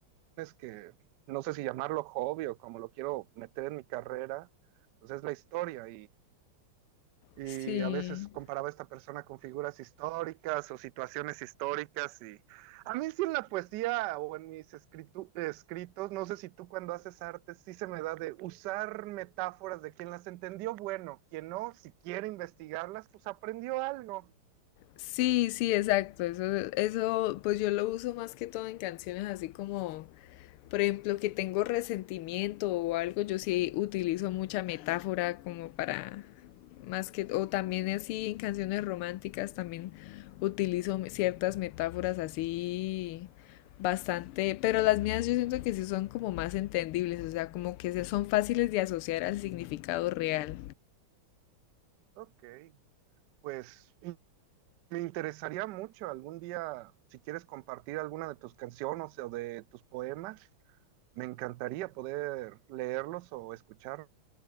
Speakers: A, on the right (about 70°); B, on the left (about 85°).
A: que no sé si llamarlo hobby o como lo quiero meter en mi carrera, pues es la historia y
B: Sí,
A: a veces comparaba a esta persona con figuras históricas o situaciones históricas y a mí sí en la poesía o en mis escritu- escritos, no sé si tú cuando haces arte sí se me da de usar metáforas de quien las entendió, bueno, quien no, si quiere investigarlas, pues aprendió algo.
B: sí, sí, exacto. Eso, eso, pues yo lo uso más que todo en canciones así como por ejemplo, que tengo resentimiento o algo, yo sí utilizo mucha metáfora como para más que o también así en canciones románticas también utilizo ciertas metáforas así bastante, pero las mías yo siento que sí son como más entendibles, o sea, como que son fáciles de asociar al significado real.
A: Ok, pues m- me interesaría mucho algún día, si quieres compartir alguna de tus canciones o de tus poemas, me encantaría poder leerlos o escucharlos.